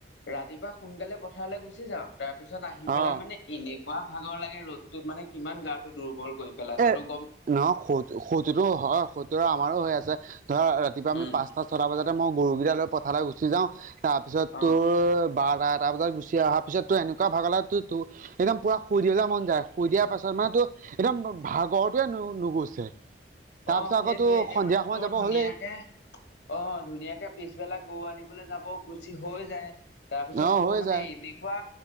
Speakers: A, on the left; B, on the right.
A: ৰাতিপুৱা সোনকালে পথাৰলৈ গুচি যাওঁ তাৰ পিছত আহি
B: অ',
A: পেলাই মানে এনেকুৱা ভাগৰ লাগে ৰ'দতোত মানে কিমান গাটো দুৰ্বল কৰি পেলাই তইতো
B: এ
A: গম
B: নহয় সৌতো সৌতোটো হয় সৌতো আমাৰো হৈ আছে। ধৰা ৰাতিপুৱা আমি
A: উম
B: পাঁচটা ছটা বজাতে মই গৰুকেইটা লৈ পথাৰলৈ গুচি যাওঁ তাৰপিছত
A: অ
B: তোৰ বাৰটা এটা বজাত গুচি অহাৰ পিছত তোৰ এনেকুৱা ভাগৰ লাগে তোৰ একদম পুৰা শুই বলে মন যায়, শুই দিয়া পাছত মানে তো একদম ভাগৰতোৱে নুগুছে। তাৰপিছত
A: অ'
B: আকৌ
A: সেইটয়ে
B: তোৰ
A: এতিয়া
B: সন্ধিয়া
A: মানে
B: সময়ত
A: তোৰ
B: যাব
A: ধুনীয়াকে
B: হ'লেই
A: অ' ধুনীয়াকে পিছবেলা গৰু আনিবলৈ যাব গুচি হৈ যায়। তাৰপিছত
B: অ',
A: তোৰ
B: হৈ
A: মানে
B: যায়
A: এনেকুৱা